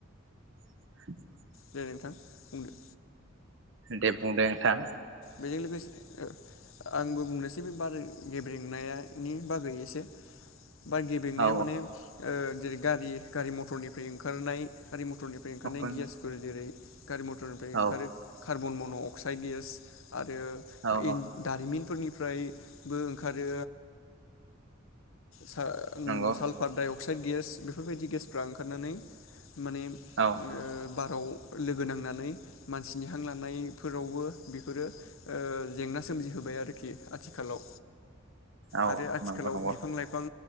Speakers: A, on the right; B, on the left.
A: <inaudible>
B: दे नोंथां बुंदों
A: दे बुं दे नोंथां
B: बेजों लोगोसे आंबो बुंनोसै बे बार गेब्रेंनायनायनि बागै एसे बार गेबेंनाया
A: औ
B: माने ओ जेरै गारि गारि मथरनिफ्राय ओंखारनाय गारि मथर गारि मटरनिफ्राय ओंखारनाय
A: उखुन
B: गेसफोर जेरै गारि मथरनिफ्राय ओंखारो
A: औ
B: कार्बन मन' अक्साइड गेस। आरो
A: औ
B: इन
A: औ
B: दारिमिनफोरनि ओमफ्रायबो ओंखारो। साल-साल्फार
A: नंगौ
B: डाइ अक्साइ अक्साइड गेस बेफोर बायदि गेसफ्रा ओंखारनानै माने ओ
A: औ।
B: बाराव लोगो नांनानै मानसिनि हां लानायफोरावबो बे बेफोरो जेंना सोमजिहोबाय आरोखि आथिखालाव।
A: औ
B: आरो आथिखालाव
A: नंगौ नंगौ
B: बिफां लाइफां